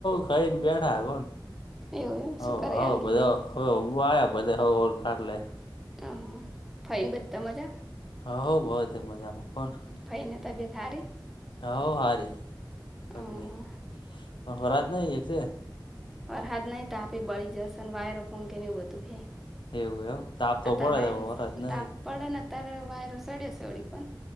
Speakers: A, on the left; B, in the centre.
A: ખઈ ને બેઠા જુઓન
B: એવું એમ
A: હ
B: શું કરે
A: હ
B: અનિલ
A: બધા
B: ભાઈ
A: હવે ઊંઘવા આવ્યા. બધા હઉ હઉ ના ખાટલે.
B: હ, ફઇ ને બધા મજા?
A: હઉ, બધા મજામાં હોન.
B: ફાઈને તબિયત સારી
A: હઉ હારી. ફઈની
B: અહ
A: પણ <unintelligible> એક છે
B: વરહાદ નહી. તાપે બળી જસે ને વાયરો ફૂંકે ન બધું હે
A: એવું એમ તાપ તો
B: અત્યારે
A: પડે
B: વાયરસ
A: છે પણ વરસાદ નહી
B: તાપ પડેને અત્યારે વાયરો સડ્યો છે ઓડી પણ